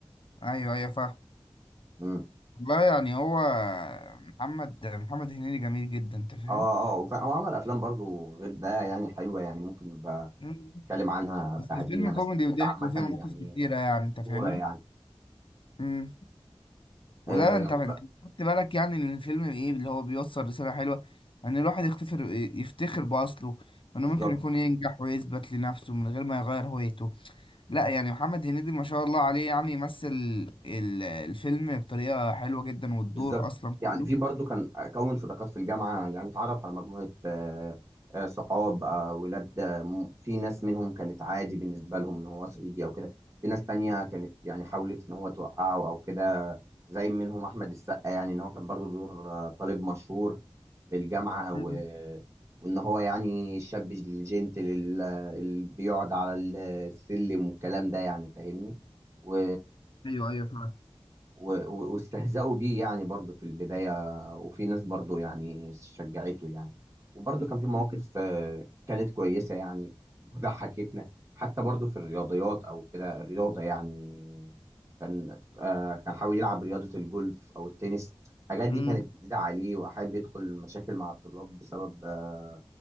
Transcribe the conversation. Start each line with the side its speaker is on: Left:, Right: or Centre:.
Left: أيوه أيوه فاهم
Right: امم
Left: والله يعني هو آه، محمد محمد هنيدي جميل جدا أنت فاهم؟
Right: اه اه وف- هو عمل افلام برضو غير ده يعني حلوه يعني ممكن نبقى
Left: مم.
Right: نتكلم عنها
Left: بس
Right: بعدين
Left: الفيلم
Right: يعني
Left: كوميدي
Right: بس الفيلم
Left: وضحك
Right: ده عامه
Left: وفيه مواقف
Right: يعني
Left: كتيرة يعني أنت فاهمني؟
Right: صوره يعني
Left: مم. ولا
Right: آه
Left: انت انت خدت بالك يعني ان الفيلم ايه اللي هو بيوصل رسالة حلوة ان الواحد يفتخر يفتخر بأصله وانه
Right: بالظبط
Left: ممكن يكون ينجح ويثبت لنفسه من غير ما يغير هويته لا يعني محمد هنيدي ما شاء الله عليه يعني يمثل ال- الفيلم بطريقة حلوة جدا والدور
Right: بالظبط
Left: اصلا كله
Right: يعني في برضو كان اكون صداقات في الجامعه يعني اتعرف على مجموعه آه، آه، صحاب آه، ولاد آه، م- في ناس منهم كانت عادي بالنسبه لهم ان هو صعيدي او كده في ناس تانية كانت يعني حاولت ان هو توقعه او كده زي منهم احمد السقا يعني ان هو كان برضو دور آه، طالب مشهور بالجامعه و...
Left: مم.
Right: وان هو يعني الشاب الجنتل ال- اللي بيقعد على السلم والكلام ده يعني فاهمني و
Left: ايوه ايوه فعلا
Right: و- و- واستهزأوا بيه يعني برضه في البداية وفي ناس برضه يعني شجعته يعني وبرضه كان في مواقف
Left: مم.
Right: آه، كانت كويسة يعني وضحكتنا حتى برضه في الرياضيات أو كده الرياضة يعني كان آه، كان حاول يلعب رياضة الجولف أو التنس الحاجات دي
Left: مم.
Right: كانت جديدة عليه وحابب يدخل مشاكل مع الطلاب بسبب آه،